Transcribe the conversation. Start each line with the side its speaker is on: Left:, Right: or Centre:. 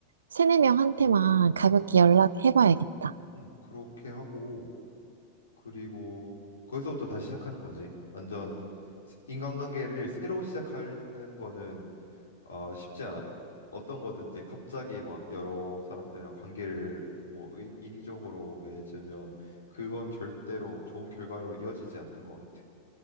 Right: 세네 명한테만 가볍게
Left: 음,
Right: 연락해봐야겠다.
Left: 음, 그렇게 하고. 그리고 거기서부터 다시 시작하는 거지. 완전 스- 인간관계를 새로 시작하는 거는 어, 쉽지 않아. 어떤 거든지 갑자기 막 여러 사람들이랑 관계를 뭐 인- 인위적으로 맺으면 그건 절대로 좋은 결과로 이어지지 않는 것 같아.